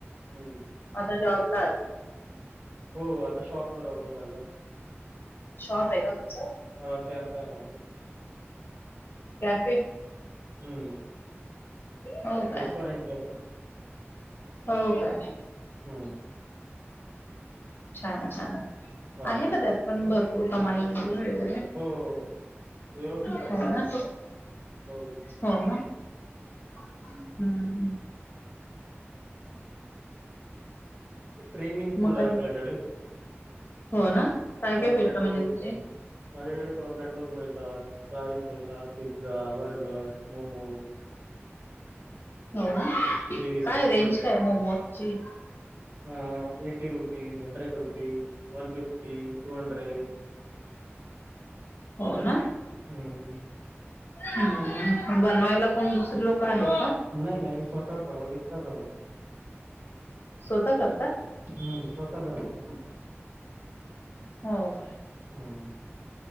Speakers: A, on the right; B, on the left.
A: हम्म
B: आता जॉब ला आहात
A: हो आता शॉपवर आवरून आलोय
B: शॉप आहे का तुमचा
A: हा कॅफे आहे माझा
B: कॅफे
A: हूं
B: हो काय?
A: रेस्टोरंट कॅफे
B: हो काय
A: हम्म
B: छान छान
A: हा
B: आहे ना त्यात पण भरपूर कमाई म्हणजे वेगैरे
A: हो व्यवस्थित आहे
B: हो
A: सगळं
B: ना
A: हो
B: हो ना हम्म हम्म.
A: ट्रेंडिंग फूड
B: मग काय
A: आहे आपल्याकडे.
B: बोल- हो ना. काय
A: टॉर्नेटोज
B: काय भेटलं म्हणजे तिथे?
A: माझेकडे टोर्नेटोज मिळतात. प्राईज मिळतात पिझ्झा, बर्गर, मोमोज
B: हो ना काय
A: शेक्स
B: रेंज काय ये मोमोजची
A: ह eighty rupees, hundred rupees, one fifty, two hundred
B: हो ना.
A: हम्म.
B: हम्म बनवायला कोण दुसरी लोक आहेत का?
A: नाही नाही मी स्वतःच आहो एकटच आहो.
B: स्वतः करता.
A: हम्म स्वतः करतो सगळ.
B: हो काय.
A: हम्म.